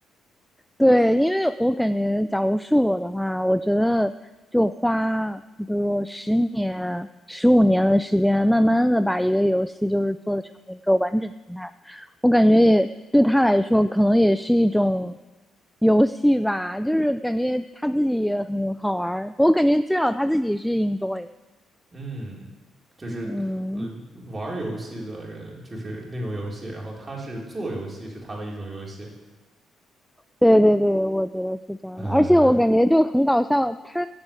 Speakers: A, in the centre; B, on the right.
A: 对，因为我感觉，假如是我的话，我觉得就花，比如说十年、十五年的时间，慢慢的把一个游戏就是做成一个完整形态，我感觉也对他来说，可能也是一种游戏吧，就是感觉他自己也很好玩儿我感觉至少他自己是 enjoy，
B: <laughs> 嗯，就是嗯，
A: 嗯
B: 玩游戏的人就是那种游戏，然后他是做游戏是他的一种游戏。
A: 对对对，我觉得是这样的，
B: 呃，
A: 而且我感觉就很搞笑，它